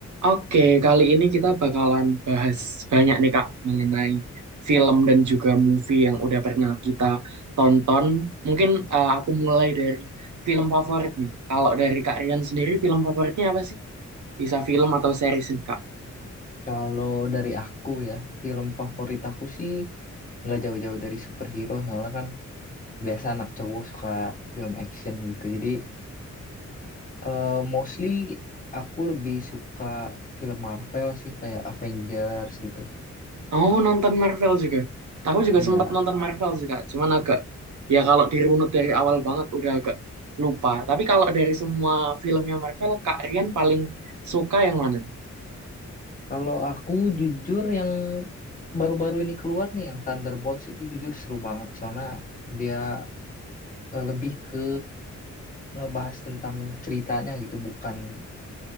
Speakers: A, on the right; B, on the left.
A: Oke, kali ini kita bakalan bahas banyak nih Kak mengenai film dan juga movie yang udah pernah kita tonton. Mungkin eh, aku mulai dari film favorit nih. Kalau dari Kak Rian sendiri film favoritnya apa sih? Bisa film atau series nih Kak?
B: Kalau dari aku ya, film favorit aku sih nggak jauh-jauh dari superhero, soalnya kan biasa anak cowok suka film action gitu. Jadi eh, mostly aku lebih suka film Marvel sih, kayak Avengers gitu.
A: Oh, nonton Marvel juga. Aku juga
B: Iya.
A: sempat nonton Marvel sih Kak, cuman agak ya kalau dirunut dari awal banget udah agak lupa. Tapi kalau dari semua filmnya Marvel, Kak Rian paling suka yang mana
B: Kalau aku jujur yang baru-baru ini keluar nih, yang Thunderbolts itu jujur seru banget, soalnya dia eh, lebih ke ngebahas tentang ceritanya gitu, bukan